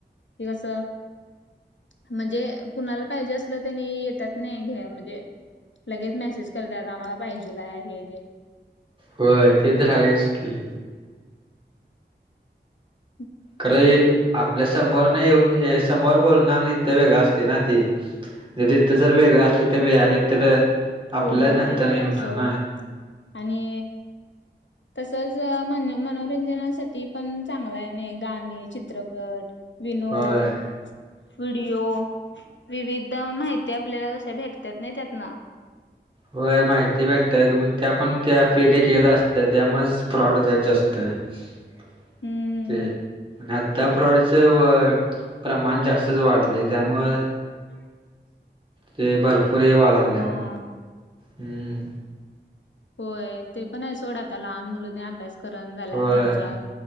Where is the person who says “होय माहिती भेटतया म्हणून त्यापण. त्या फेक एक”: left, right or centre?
Right